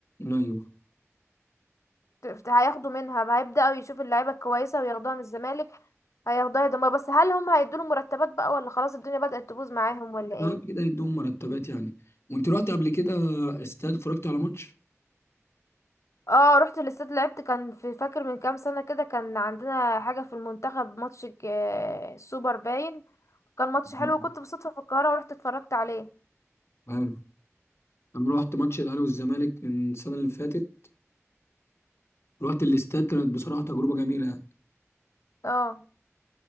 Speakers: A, on the left; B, on the left.
A: ايوه
B: ت- هياخدوا منها هيبدأوا يشوفوا اللعيبة الكويسة وياخدوها من الزمالك هياخدوها يدمر بس هل هم هيدوله مرتبات بقى ولا خلاص الدنيا بدأت تبوظ معاهم ولا ايه
A: لا كده يدوم مرتبات يعني وانت رحت قبل كده استاد اتفرجت على ماتش
B: اه رحت الاستاد لعبت كان في فاكر من كام سنة كده كان عندنا حاجة في المنتخب ماتش ك- السوبر باين كان ماتش حلو
A: مم.
B: وكنت بالصدفة في القاهرة ورحت اتفرجت عليه
A: حلو انا رحت ماتش الاهلي والزمالك من السنه اللي فاتت رحت الاستاد كانت بصراحه تجربه جميله
B: اه